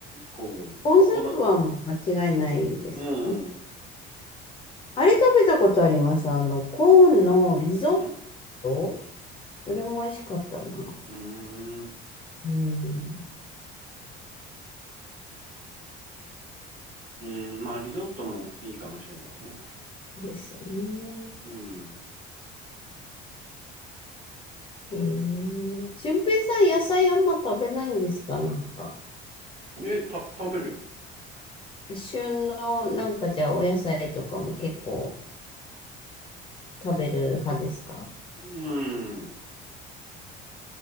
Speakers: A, on the right; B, on the left.
A: こう、
B: コーンスープはもう間違いないですね。
A: こだ、うん、うん、
B: あれ食べたことあります。あの、コーンのリゾッ
A: う
B: トそれも美味しかったな。
A: ん、う
B: うん。
A: ん、まあ、リゾットもいいかもしれないね。
B: そうですよね。
A: うん。
B: ええ俊平さん、野菜あんま食べないんですかなんか。
A: で、た、食べるよ。
B: 旬の、なんかじゃあ、お野菜とかも結構食べる派ですか
A: うん、